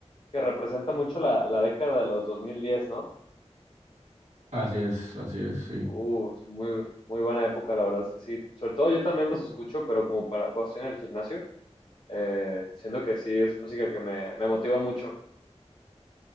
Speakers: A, on the left; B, on the right.
A: que representa mucho la, la década de los 2010, ¿no?
B: Así es, así es, sí.
A: Uh, es muy, muy buena época, la verdad es que sí. Sobre todo yo también los escucho, pero como para cuando estoy en el gimnasio, eh, siento que sí, es música que me, me motiva mucho.